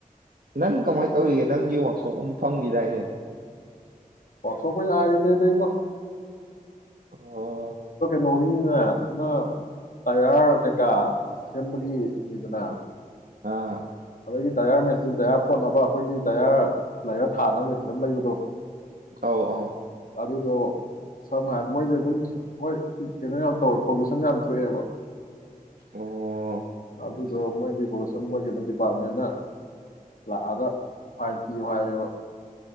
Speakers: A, on the right; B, on the left.
A: ꯅꯪ ꯀꯃꯥꯏꯅ ꯇꯧꯔꯤꯒ ꯅꯪꯒꯤ ꯋꯥꯛꯁꯣꯞ ꯑ ꯐꯝꯈꯤꯗꯥꯏꯅꯦ
B: ꯆꯣꯁꯣ ꯀꯣꯏ ꯍꯥꯏ ꯇ ꯇꯔꯤꯕ
A: ꯑꯣ
B: ꯅꯧꯔꯤꯅꯤꯗꯅ ꯃꯥ ꯇꯌꯥꯔ ꯀꯩꯀꯥ ꯁꯦꯝꯕꯒꯤ ꯅꯤꯗꯅ
A: ꯑꯥ
B: ꯑꯗꯒꯤ ꯇꯌꯥꯔ ꯃꯦꯆꯤꯟ ꯇꯌꯥꯔ ꯐꯣꯠꯅꯕ ꯑꯈꯣꯏꯒꯤ ꯇꯌꯥꯔ ꯂꯥꯏꯌꯔ ꯊꯥꯅꯕ ꯃꯦꯆꯤꯟ ꯑꯃ ꯂꯩꯕꯗꯣ
A: ꯑꯥꯎ ꯑꯥꯎ
B: ꯑꯗꯨꯗꯣ ꯁꯝꯅ ꯍꯥꯏ ꯃꯣꯏꯖꯦ ꯑꯗꯨꯝ ꯃꯣꯏ ꯀꯩꯅꯣ ꯌꯥꯝ ꯇꯧꯔꯦ ꯄꯣꯂꯨꯁꯟ ꯌꯥꯝ ꯊꯣꯛꯑꯦꯕ
A: ꯑꯣ
B: ꯑꯗꯨꯗꯣ
A: ꯑꯠꯆꯥ
B: ꯃꯣꯏꯒꯤ ꯄꯣꯂꯨꯁ <unintelligible> ꯄꯥꯔꯠꯃꯦꯟꯅ ꯂꯥꯛꯑꯒ ꯐꯥꯏꯟ ꯊꯤꯌꯨ ꯍꯥꯏꯌꯦꯕ